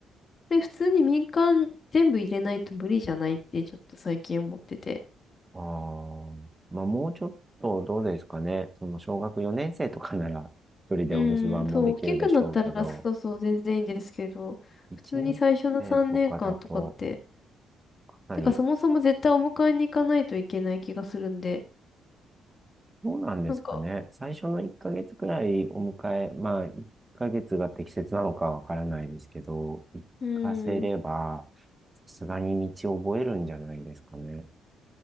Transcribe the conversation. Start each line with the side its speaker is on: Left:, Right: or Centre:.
Left: で、普通に民間全部入れないと無理じゃないって、ちょっと最近思ってて。
Right: ああ、まあもうちょっとどうですかね。その小学4年生とかなら一人でお留守番もできるでしょうけど、
Left: うん、そう、大きくなったら、そうそう、全然いいんですけど、
Right: 1年生とかだと
Left: 普通に最初の3年間とかって、
Right: かなり、
Left: てか、そもそも絶対お迎えに行かないといけない気がするんで、
Right: どうなんですかね。
Left: なんか、
Right: 最初の1ヶ月くらいお迎え、まあ1ヶ月が適切なのかわからないですけど、行かせればさすがに道を覚えるんじゃないですかね。
Left: うーん、